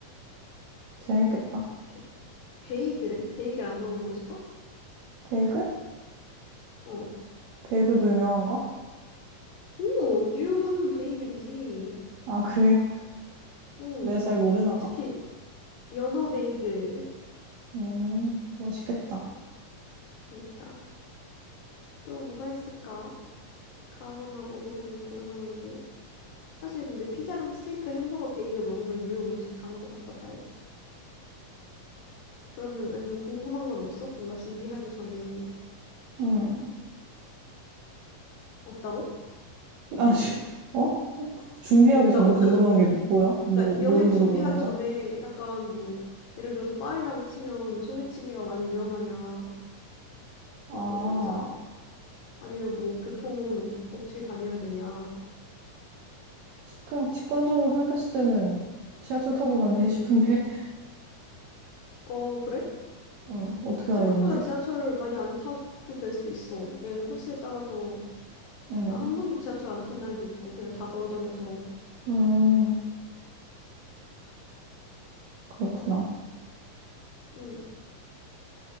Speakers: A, on the right; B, on the left.
A: 재밌겠다.
B: 베, 베이글은? 베이글 안 먹어보고 싶어?
A: 베이글?
B: 어.
A: 베이글도 유명한가?
B: 오, 뉴욕 하면 베이글이지.
A: 아, 그래. <laughs>
B: 어,
A: 내가 잘 모르나 봐.
B: 특히 연어 베이글.
A: 음, 맛있겠다.
B: 그니까. 또 뭐가 있을까? 가거나 먹어보면 좋을 만한 게. 사실 근데 피자랑 스테이크, 햄버거, 베이글 먹으면 뉴욕 음식 다 먹어봤다 봐야지. 그러면 아니면 궁금한 건 없어? 뭔가 준비하기 전에
A: 음.
B: 없다고?
A: 아, 씨, 어? 준비하기
B: 없다고?
A: 전에 궁금한
B: <laughs>
A: 게 뭐야? 뭐,
B: 그러니까 여행
A: 뭘 물어보는
B: 준비하기
A: 거야?
B: 전에 약간 뭐 예를 들어서 파리라고 치면 소매치기가 많이 위험하냐
A: 아,
B: 뭐 그런 거 있잖아? 아니면 뭐 교통은 어떻게 다녀야 되냐?
A: 그냥 직관적으로 생각했을 때는 지하철 타고 다니지
B: 응.
A: 싶은데,
B: 어 그래?
A: <laughs> 응, 어떻게
B: 생각보다
A: 다녔는데?
B: 지하철 많이 안 타도 될 수도 있어. 여행 코스에 따라서
A: 응,
B: 나 한 번도 지하철 안 탄 날도 있고 그냥 다 걸어 다녀서.
A: 음, 그렇구나.
B: 음,